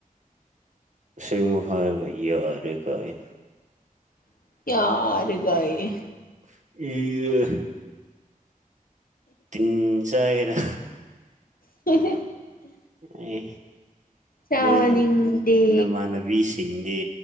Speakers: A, on the right; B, on the left.
A: ꯁꯤꯃꯨ ꯍꯥꯔꯒ ꯑꯔꯦ ꯀꯥꯏꯅ
B: ꯌꯥꯔꯒꯑ
A: <unintelligible> ꯇꯤꯟ ꯆꯥꯒꯦꯔ
B: <unintelligible>
A: ꯑꯦ
B: ꯆꯥꯅꯤꯡꯗꯦ
A: ꯅꯣꯏ ꯅꯃꯥꯟꯅꯕꯤꯁꯤꯡꯗꯤ